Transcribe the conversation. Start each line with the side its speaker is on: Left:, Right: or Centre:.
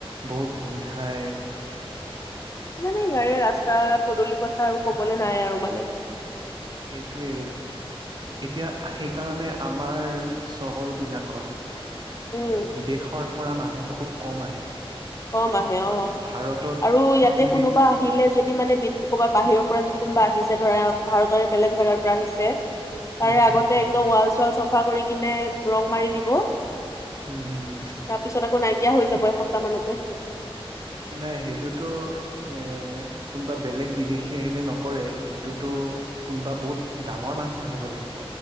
Right: বহুত গোন্ধায়
Left: মানে ইয়াৰে ৰাস্তা পদূলিৰ কথা আৰু কবলৈ নাই আৰু মানে
Right: সেইটোৱেই এতিয়া সেইকাৰণে আমাৰ চহৰ বিলাকত
Left: উম
Right: বিদেশৰ পৰা মানুহ খুব কম আহে
Left: কম আহে অ অ
Right: ভাৰতত
Left: আৰু ইয়াতে
Right: টুৰিষ্ট
Left: কোনোবা আহিলে যদি মানে বি ক'বাত বাহিৰক যদি কোনোবা আহিছে ধৰা ভাৰতৰে বেলেগ জেগাৰ পৰা আহিছে তাৰে
Right: উম হুম
Left: আগতে
Right: হুম
Left: একদম ৱাল চাল চাফা কৰি কিনে ৰং মাৰি দিব
Right: হুম হুম
Left: তাৰ পিছত আকৌ নাইকিয়া হৈ যাব ক এসপ্তাহ মানতে
Right: নাই সেইটোতো এ কোনোবা বেলেগ বিদেশী আহিলে নকৰে সেইটোতো কোনোবা বহুত ডাঙৰ মানুহ আহিব লাগিব